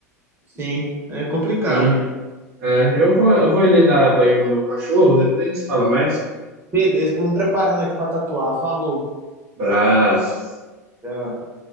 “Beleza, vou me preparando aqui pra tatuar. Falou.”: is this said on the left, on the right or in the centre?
Right